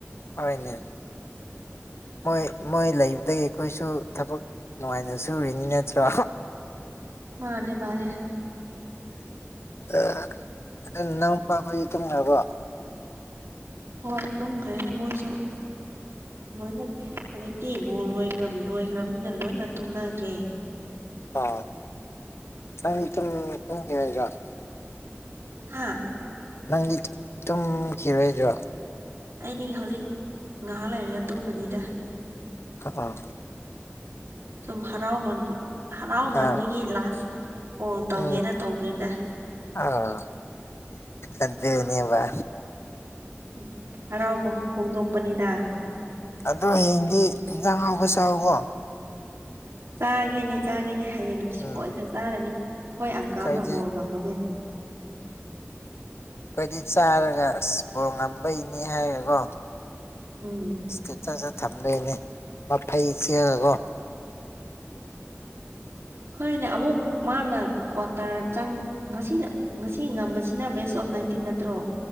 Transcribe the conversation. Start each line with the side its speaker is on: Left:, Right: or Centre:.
Left: ꯍꯣꯏꯅꯦ ꯃꯣꯏ ꯃꯣꯏ ꯂꯩꯕꯗꯒꯤ ꯑꯩꯈꯣꯏꯁꯨ ꯊꯕꯛ ꯅꯨꯡꯉꯥꯏꯅ ꯁꯨꯔꯤꯅꯤ ꯅꯠꯇ꯭ꯔꯣ
Right: ꯃꯥꯅꯦ ꯃꯥꯅꯦ
Left: <unintelligible> ꯇꯨꯝꯈꯔꯕꯣ
Right: ꯍꯣꯏ ꯇꯨꯝꯈ꯭ꯔꯦ ꯃꯣꯏꯁꯨ ꯂꯣꯏꯅ ꯍꯧꯖꯤꯛ ꯇꯤ ꯕꯣꯜ ꯂꯣꯏꯈ꯭ꯔ ꯂꯣꯏꯈ꯭ꯔꯕꯅꯤꯅ ꯂꯣꯏꯅ ꯇꯨꯝꯅꯈ꯭ꯔꯦ
Left: ꯑ ꯑꯩ ꯇꯨꯝꯅꯤꯡꯉꯦ ꯅꯪ ꯇꯨꯝꯈꯤꯔꯣꯢꯗꯔꯣ
Right: ꯍꯥꯥ
Left: ꯅꯪꯗꯤ ꯇꯨꯝꯈꯤꯔꯣꯏꯗ꯭ꯔꯣ
Right: ꯃꯤ ꯍꯧꯖꯤꯛ ꯉꯥꯏꯍꯥꯛ ꯂꯩꯔꯒ ꯇꯨꯝꯃꯅꯤꯗ
Left: ꯑ ꯑꯥ
Right: ꯁꯨꯝ ꯍꯔꯥꯎꯝꯟ ꯍꯔꯥꯎꯃꯟꯕꯒꯤ
Left: ꯑ
Right: ꯂꯥꯁ ꯀꯣꯜ ꯇꯧꯒꯦꯅ
Left: ꯎꯝ
Right: ꯇꯧꯕꯅꯤꯗ
Left: ꯑꯥ ꯑꯗꯨꯅꯦꯕ
Right: ꯎꯝ ꯍꯔꯥꯎꯕ ꯐꯣꯡꯗꯣꯛꯄꯅꯤꯗ
Left: ꯑꯗꯣ ꯍꯌꯦꯡꯗꯤ ꯏꯟꯖꯥꯡ ꯑꯍꯥꯎꯕ ꯆꯥꯎꯀꯣ
Right: ꯆꯥꯒꯦꯅꯦ ꯆꯥꯒꯦꯅꯦ ꯍꯌꯦꯡꯗꯤ ꯁꯣꯏꯗꯅ
Left: ꯎꯝ
Right: ꯆꯥꯔꯅꯤ ꯑꯈꯣꯏ ꯑꯪꯀꯜꯅ
Left: ꯑꯩꯈꯣꯏꯗꯤ
Right: ꯕꯣꯜ ꯉꯝꯕꯒꯤ
Left: ꯑꯈꯣꯏꯗꯤ ꯆꯥꯔꯒ ꯑꯁ ꯕꯣꯜ ꯉꯝꯕꯩꯅꯤ ꯍꯥꯏꯔꯒꯀꯣ
Right: ꯎꯝ
Left: ꯢꯁꯇꯦꯇꯁꯒ ꯊꯝ ꯗꯣꯢꯅꯦ ꯃꯐꯩ ꯆꯤꯛꯑꯒꯀꯣ
Right: ꯍꯣꯢꯅꯦ ꯑꯃꯨꯛ ꯃꯥꯅ ꯀ꯭ꯋꯥꯇꯔ ꯆꯪ ꯉꯁꯤꯅ ꯉꯁꯤ ꯉꯝꯕꯁꯤꯅ ꯕꯦꯁ ꯑꯣꯐ ꯅꯥꯏꯟꯇꯤꯟ ꯅꯠꯇ꯭ꯔꯣ